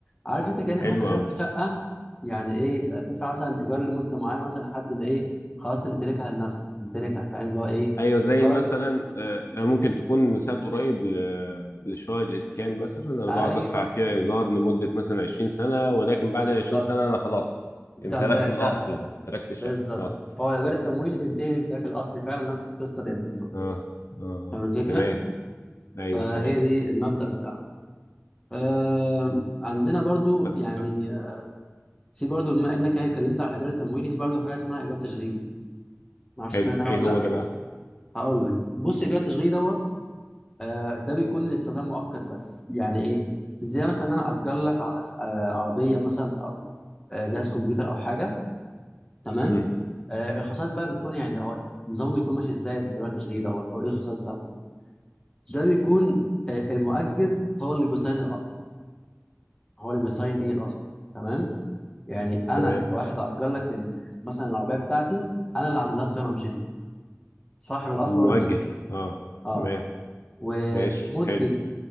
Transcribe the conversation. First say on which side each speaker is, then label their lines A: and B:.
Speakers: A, on the left; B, on the left.
A: عارف انت كانك
B: حلو
A: مثلا خدت
B: أوي
A: شقه يعني ايه تدفع مثلا ايجار لمده معينه مثلا لحد ما ايه خلاص تمتلكها لنفسك تمتلكها فاهم اللي هو ايه
B: ايوه زي
A: ايجار
B: مثلا آه، آه، ممكن تكون مثال قريب ل- لشقق الاسكان مثلا انا
A: ايوه
B: بقعد ادفع فيها ايجار لمده مثلا 20 سنه ولكن بعد
A: بالظبط
B: ال 20 سنه انا خلاص
A: بتاع
B: امتلكت
A: امتلكتها
B: الاصل ده امتلكت الشقه
A: بالظبط
B: اه
A: فهو الايجار التمويلي بينتهي بامتلاك الاصل فعلا نفس القصه دي بالظبط
B: اه اه آه.
A: فاهم الفكره
B: تمام ايوه
A: فهي
B: تمام
A: دي المبدا بتاعه آه عندنا برضو
B: طب،
A: يعني في برضو بما انك يعني اتكلمت على الايجار التمويلي في برضو حاجه اسمها ايجار تشغيلي ما اعرفش
B: حلو
A: سمعت عنها
B: ايه
A: ولا
B: هو
A: لا اوكي
B: ده بقى
A: هقول لك بص ايجار التشغيلي دوت آه ده بيكون للاستخدام مؤقت بس يعني ايه زي مثلا ان انا اجر لك ع- آه عربيه مثلا او آه جهاز كمبيوتر او حاجه تمام
B: مم.
A: آه الخصائص بقى بتكون يعني هو النظام بيكون ماشي ازاي الايجار التشغيلي دوت او ايه الخصائص بتاعته ده بيكون آه المؤجر هو اللي بيصين الاصل هو اللي بيصين ايه الاصل تمام يعني انا
B: تمام
A: كواحد اجر لك ال- مثلا العربيه بتاعتي انا اللي عامل لها صيانه مش انت صاحب الاصل
B: المؤجر
A: هو اللي بيسأل
B: اه
A: اه
B: تمام
A: ومده
B: ماشي حلو